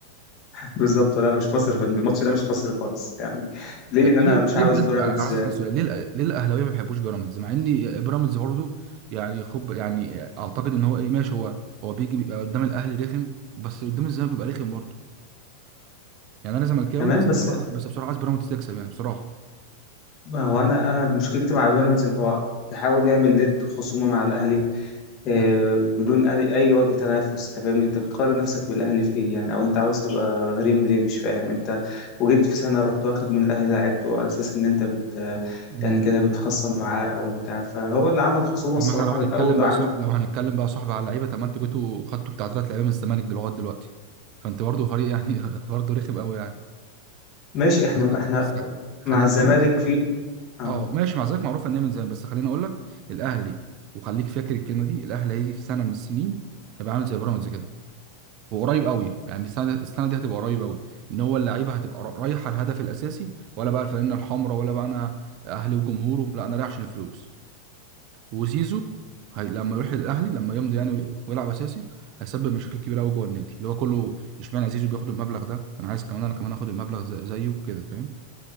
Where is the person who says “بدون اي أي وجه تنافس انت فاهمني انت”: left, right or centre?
Left